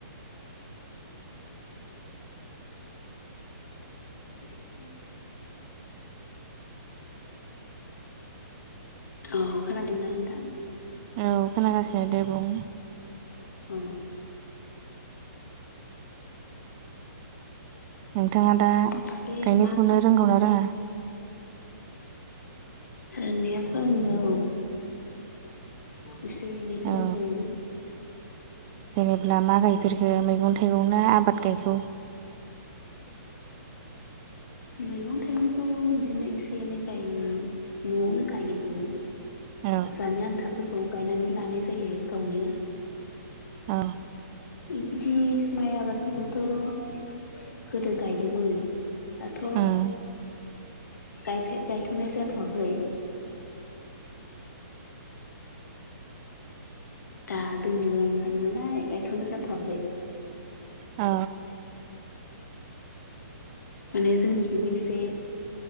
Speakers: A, on the left; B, on the right.
A: <inaudible> <unintelligible> अ खोनादोंना नोंथां
B: औ खोनागासिनो दे बुं।
A: ओ
B: नोंथाङा दा
A: एसे
B: गायनो
A: मा
B: फुनो
A: मा
B: रोंगौना रोङा?
A: रोंनायाथ' रोंगौ एसे-एनैखौ रोंगौ
B: औ
A: <unintelligible>
B: जेनेब्ला मा गायफेरखो मैगं थाइगं ना आबाद गायखौ
A: मैगं थाइगंखौ बिदिनो एसे एनै गायो न'आवनो गायो
B: औ
A: जानो आन्थाफोरखौ गायनानै लानाय जायो गावनो।
B: औ
A: बिदि माइ आबादफोरखौथ' गोदो गायदोंमोन। दाथ'
B: औ
A: गायफे गायथ'नाय जाथ'वाखै। दा दैनि <inaudible> नालाय गाय थनो जाथवाखै
B: औ
A: माने जोंनिथिबो एसे